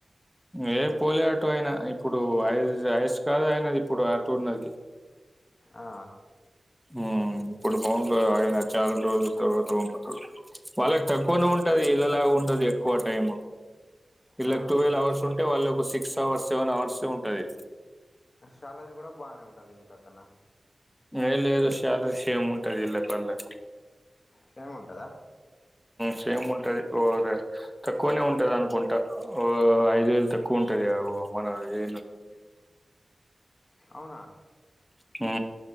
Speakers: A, in the centre; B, on the left.
A: ఏ పోలే ఆటో అయినా ఇప్పుడు ఐ ఐస్ కాదు అయినది ఇప్పుడు ఆ టూర్ నది
B: ఆ
A: ఉ ఇప్పుడు బాగుంది కదా ఆయన చాలా రోజుల తర్వాత పంపుతాడు వాళ్ళకి తక్కువనే ఉంటది ఇళ్లలాగా ఉంటది ఎక్కువ టైం ఇళ్లాకు
B: ఆ
A: టువెల్వ్ అవర్స్ ఉంటే వాళ్ళ ఒక సిక్స్ అవర్స్ సెవెన్ అవర్స్ ఉంటది
B: శాలరీ కూడా బాగానే ఉంటది వీళ్ళక్కన్నా
A: ఏ లేదో శాలారీస్ ఉంటది ఇళ్ళ పల్లకి
B: సేమ్ ఉంటదా
A: సేమ్ ఉంటది ఓ దే తక్కువనే ఉంటది అనుకుంటా ఓ ఐదు వేలు తక్కువ ఉంటది ఏ అగొ మాన ఏ
B: అవునా
A: హు